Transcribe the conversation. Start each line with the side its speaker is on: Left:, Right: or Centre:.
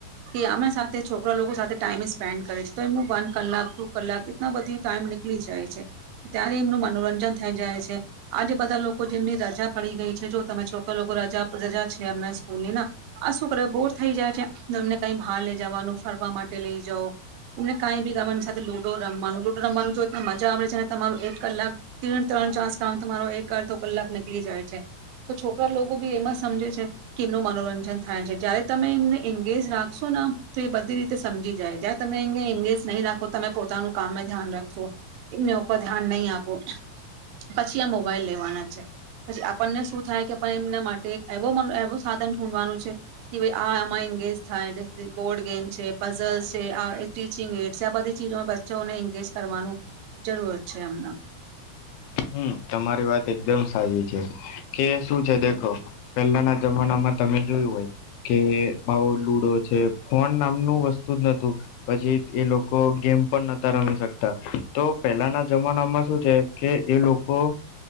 Right: કે આમે સાથે છોકરા લોકો સાથે ટાઈમ સ્પેન્ડ કરે છે તો એમનું વન કલાક ટુ કલાક ના બધી ટાઈમ નીકળી જાય છે ત્યારે એમનું મનોરંજન થઈ જાય છે આજે બધા લોકો જેમની રજા પડી ગઈ છે જો તમે ચોખ લોકો રજા રજા છે એમના સ્કૂલ ની ના આ શું કર બોર થઈ જાય છે એમને કઈ બહાર લઇ જવાનું ફરવા માટે લઈ જાઓ એમને કાંઈ બી ગામવા એની સાથે લુડો રમવાનું લુડો રમવાનું જો એ મજા આવેે છે તમારું એક કલાક ત્રણ ત્રણ ચસ કારણ તમારો એક અર્ધો કલાક નીકળી જાય છે તો છોકરા લોકો બી એમાં સમજે છે કે એમનું મનોરંજન થાય છે જયારે તમે એમને એંગેજ રાખશો ને તો એ બધી રીતે સમજી જાય જ્યારે તમે એને એંગેજ નહીં રાખો તમે પોતાનું કામ ધ્યાન રાખશો એમને પર ધ્યાન નહીં આપો પછી આ મોબાઈલ લેવાના છે પછી આપણને શું થાય કે આપણ એમના માટે એવો મ એવો સાધન ૂંડવાનું છે કે ભાઈ આ આમાં એંગેજ થાય બોર્ડ ગેમ છે પઝલ છે આ સ્ટીચિંગ એડ છે આ બધી ચીજોમાં બચ્ચોને એંગેજ કરવાનું જરૂર છે એમના
Left: હમ તમારી વાત એકદમ સાચી છે કે શું છે દેખો પહેલાના જમાનામાં તમે જોયું હોય કે ભઉ લુડો છે ફોન નામનું વસ્તુ જ નતું પછી એ લોકો ગેમ પણ નતા રમી શકતા તો પહેલાના જમાનામાં શું છે કે એ લોકો